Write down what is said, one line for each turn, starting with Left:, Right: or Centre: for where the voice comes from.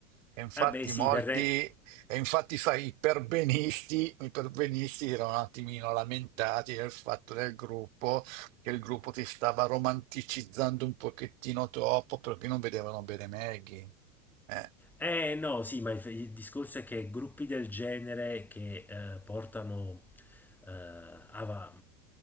Right: E infatti
Centre: Eh beh sì,
Right: molti,
Centre: per, re-
Right: e infatti, sai, i perbenisti, i perbenisti erano un attimino lamentati del fatto del gruppo, che il gruppo si stava romanticizzando un pochettino troppo perché non vedevano bene Maggie. Eh.
Centre: Eh no, sì, ma il, il discorso è che gruppi del genere che eh, portano eh, ava-